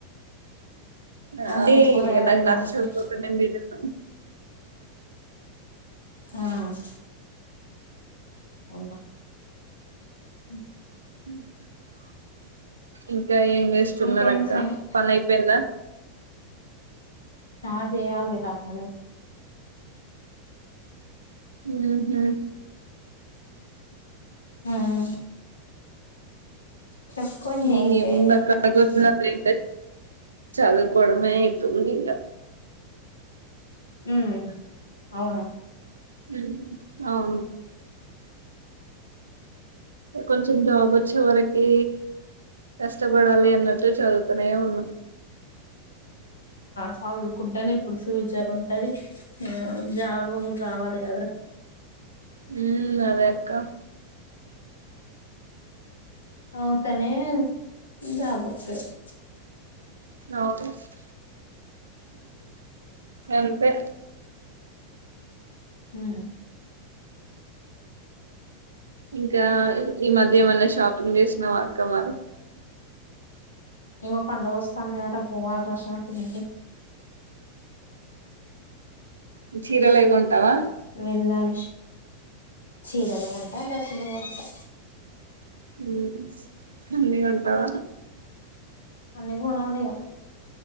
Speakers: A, on the right (about 70°); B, on the left (about 70°).
A: అంటే
B: అన్ని కూరగాయలు
A: నాకు
B: తినాలి
A: నచ్చకపోతే నేను తినను
B: ఆహ్ అవునా అ
A: అ <inaudible> ఇంకా ఏం చేేస్తున్నారు
B: ఇంకేం
A: అక్క
B: సంగతి
A: పని అయిపోయిందా
B: స్టార్ట్ చెయ్యలే నా పనులు
A: ఉంహు
B: ఉమ్ చెప్పుకో
A: ఇంకా
B: ఇంకేం
A: ఏముంది
B: చేస్తున్నావ్
A: అక్క <inaudible> చదువుకోవడమే అయింది ఇగ
B: హమ్ అవును
A: హమ్ అవును కొంచెం జాబ్ వచ్చే వరికి కష్టపడాలి అన్నట్టు చదువుతనే ఉన్నా
B: చదువుకుంటేనే ఇప్పుడు ఫ్యూచర్ ఉంటది జాబ్ కూడా రావాలి కదరా
A: హమ్ అదేక్క
B: చదువుతూనే జాబ్ వస్తది <inaudible>
A: అవును అంతే
B: ఉమ్
A: ఇంకా ఈ మధ్య ఏమన్నా షాపింగ్ చేసినవా అక్క మరి
B: ఇగ పండుగొస్తంది కదరా పోవాలిరా షాపింగ్ కి
A: చీరలవి కొంటావా?
B: వెళ్లాలి షాపింగ్ కి చీరలు కొంటా డ్రస్సులు కొంటా
A: హ్మ అన్ని కొంటావా?
B: అన్ని కొనాలి ఇగ